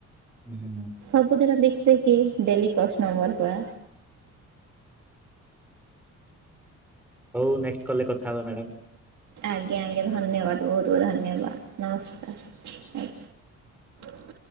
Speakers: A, in the centre; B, on the right.
A: ହୁଁ
B: ସବୁଦିନ ଦେଖି ଦେଖି ଡେଲି କଷ୍ଟମର୍ ପରା।
A: ହଉ ନେଷ୍ଟ କଲ୍ ରେ କଥା ହବା ମ୍ୟାଡ଼ାାମ।
B: ଆଜ୍ଞା ଆଜ୍ଞା ଧନ୍ୟବାଦ ବହୁତ ବହୁତ ଧନ୍ୟବାଦ, ନମସ୍କାର ଆ